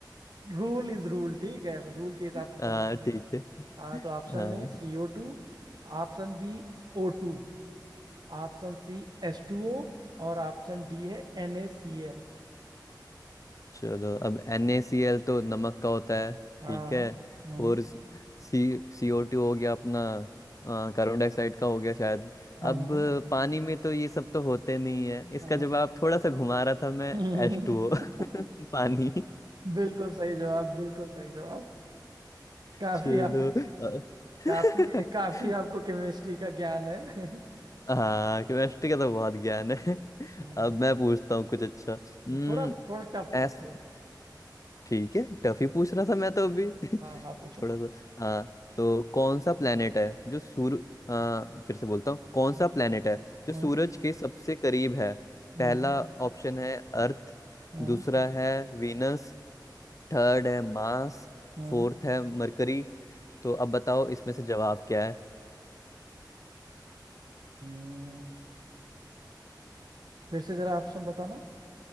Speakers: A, on the right; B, on the left.
A: Rule is rule ठीक है रूल के हिसाब
B: <laughs>
A: से चलना
B: हाँ
A: पड़ेगा
B: ठीक है
A: हाँ तो ऑप्शन
B: हाँ
A: ए सीओ टू Option B ओ टू Option C एस टू ओ और ऑप्शन डी है एन ए सी एल
B: चलो अब NaCl तो नमक का होता है
A: हाँ
B: ठीक है
A: हाँ
B: और सी CO2 हो गया अपना आ, कार्बन डाइऑक्साइड का हो गया शायद
A: हाँ
B: अब पानी में तो ये सब तो होते नहीं है इसका
A: हाँ हाँ
B: जवाब थोड़ा सा घुमा रहा था मैं
A: <laughs>
B: H2O <laughs> पानी
A: बिल्कुल सही जवाब बिल्कुल सही जवाब काफी
B: चलो
A: आपको
B: अ- <laughs>
A: काफी काफी आपको केमिस्ट्री का ज्ञान है <laughs>
B: हाँ केमिस्ट्री का तो बहुत ज्ञान है
A: हम्म,
B: अब मैं पूछता हूँ कुछ अच्छा हम्म
A: थोड़ा थोड़ा टफ पूछो
B: एस ठीक है टफ ही पूछ रहा था मैं तो अभी <laughs>
A: हाँ हाँ पूछो
B: थोड़ा सा हाँ तो कौन सा प्लेनेट है जो सूर्य हाँ फिर से बोलता हूँ कौन सा
A: हम्म,
B: प्लेनेट है जो
A: हम्म,
B: सूरज के सबसे करीब है
A: हम्म,
B: पहला ऑप्शन है अर्थ
A: हम्म,
B: दूसरा है वीनस थर्ड है मार्स
A: हम्म, हम्म,
B: फोर्थ है मरकरी तो अब बताओ इसमें से जवाब क्या
A: हम्म। फिर से जरा ऑप्शन बताना